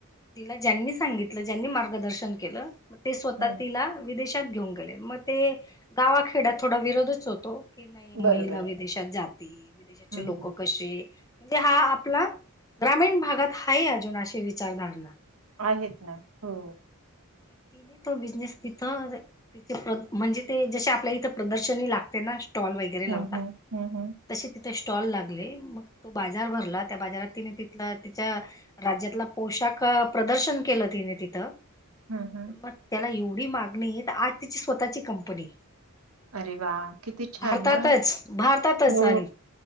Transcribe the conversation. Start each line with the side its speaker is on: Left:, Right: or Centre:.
Left: तिला ज्यांनी सांगितलं ज्यांनी मार्गदर्शन केलं ते स्वतः
Right: हम्म
Left: तिला विदेशात घेऊन गेले मग ते गावाखेड्यात थोडा विरोधच होतो की नाही
Right: बरोबर
Left: महिला विदेशात जाते विदेशाचे
Right: हम्म
Left: लोकं कसे म्हणजे हा आपला ग्रामीण भागात हाय अजून अशी विचारधारणा
Right: आहेत ना हो
Left: तिने तो बिझनेस तिथं ति म्हणजे ते जसे आपल्या इथं प्रदर्शनी लागते ना स्टॉल वगैरे
Right: हम्म
Left: लावता
Right: हम्म हम्म हम्म
Left: तशे तिथ स्टॉल लागले मग तो बाजार भरला त्या बाजारात तिने ते -तिथलं तिच्या राज्यातला पोशाख शाख प्रदर्शन केलं तिने तिथं
Right: हम्म हम्म
Left: मग त्याला एवढी मागणी तर आज तिची स्वतःची कंपनी
Right: अरे वा किती छान
Left: भारतातच
Right: ना
Left: भारतातच
Right: हो
Left: आणि